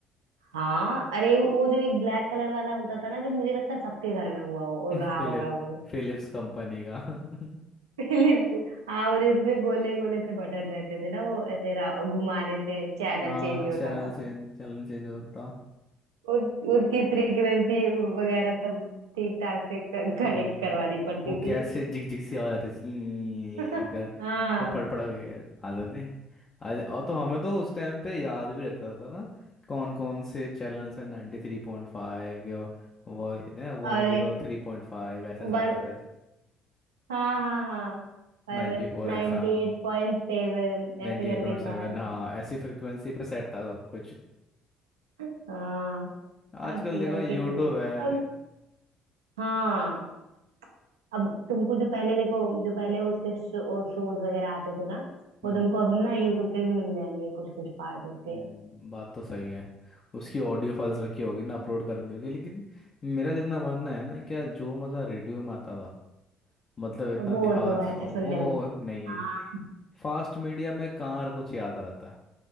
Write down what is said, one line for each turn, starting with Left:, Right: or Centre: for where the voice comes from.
Right: हाँ अरे वो जो एक ब्लैक कलर वाला होता था ना जो मुझे लगता है सबके घर में हुआ हो
Left: <laughs>
Right: और रहा
Left: फिलिप
Right: होगा वो
Left: फिलिप्स कंपनी का <laughs>
Right: <laughs> पहले हाँ वो जिसमें गोले गोले से बटन रहते थे ना वो ऐसे रा- घुमाने से चैनल
Left: हाँ
Right: चेंज होता
Left: चैनल
Right: था
Left: चेंज चैनल चेंज होता था
Right: उस उसकी फ्रीक्वेंसी वगैरह सब ठीक ठाक से कनेक्ट
Left: हम्म,
Right: करवानी पड़ती
Left: वो
Right: थी
Left: कैसे झिक झिक सी आवाज आती थी
Right: <laughs>
Left: क्या
Right: हाँ
Left: फिर फड़ फड़ के आ जाते आज और तो हमें तो उस टाइम पे याद भी रहता था ना कौन कौन से चैनल्स हैं नाइन्टी थ्री पॉइंट फाइव वो
Right: अरे
Left: one zero three point five ऐसे
Right: वन
Left: से आता है
Right: हाँ हाँ हाँ और
Left: Ninety four
Right: नाइन्टी
Left: F M
Right: एट पॉइंट सेवन
Left: ninety
Right: ऐसे
Left: eight
Right: करके
Left: point
Right: था
Left: seven हाँ ऐसी फ्रिक्वेंसी पे सेट था सब कुछ
Right: <laughs> हाँ यार
Left: आजकल
Right: पूरा
Left: देखो यूट्यूब
Right: कितना
Left: है
Right: अब हाँ अब तुमको जो पहले देखो जो पहले उस पे शो, शोज वगैरह आते थे ना
Left: हम्म।
Right: वो तुमको अब ना यूट्यूब पे भी मिल जाएंगे कुछ कुछ पार्ट उसके
Left: हम्म, बात तो सही है उसकी ऑडियो फाइल्स रखी होगी ना अपलोड कर दी होगी लेकिन मेरा जितना मानना है ना क्या जो मज़ा रेडियो में आता था मतलब इतना
Right: अब वो
Left: ध्यान
Right: दो
Left: से
Right: ऐसे
Left: सुनो, वो
Right: सुनने में
Left: नहीं है
Right: हाँ
Left: क्योंकि फास्ट मीडिया में कहाँ कुछ याद रहता है